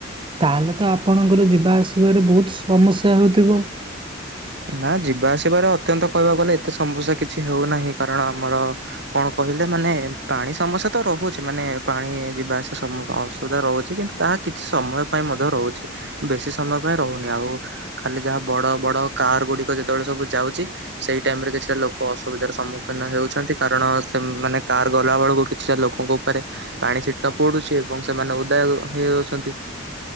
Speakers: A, on the right; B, on the right.
A: ତାହେଲେ ତ ଆପଣଙ୍କର ଯିବା ଆସିବାରେ ବହୁତ ସମସ୍ୟା ହେଉଥିବ।
B: ନା ଯିବା ଆସିବାରେ ଅତ୍ୟନ୍ତ କହିବାକୁ ଗଲେ ଏତେ ସମସ୍ୟା କିଛି ହେଉନାହିଁ କାରଣ ଆମର କଣ କହିଲେ ମାନେ ପାଣି ସମସ୍ୟା ତ ରହୁଛି ମାନେ ପାଣି ଯିବା ଆସିବା ଅସୁବିଧା ରହୁଛି କିନ୍ତୁ ତାହା କିଛି ସମୟ ପାଇଁ ମଧ୍ୟ ରହୁଛି ବେଶୀ ସମୟ ପାଇଁ ରହୁନି ଆଉ ଖାଲି ଯାହା ବଡ ବଡ କାର ଗୁଡିକ ଯେତେବେଳେ ସବୁ ଯାଉଛି ସେଇ ଟାଇମ ରେ କିଛିଟା ଲୋକ ଅସୁବିଧାର ସମ୍ମୁଖୀନ ହେଉଛନ୍ତି କାରଣ ସେମାନୋନେ କାର ଗଲା ବେଳକୁ କିଛିଟା ଲୋକଙ୍କ ଉପରେ ପାଣି ଛିଟକା ପଡୁଛି ଏବଂ ସେମାନେ ଓଦା ହେଇଯାଉଛନ୍ତି।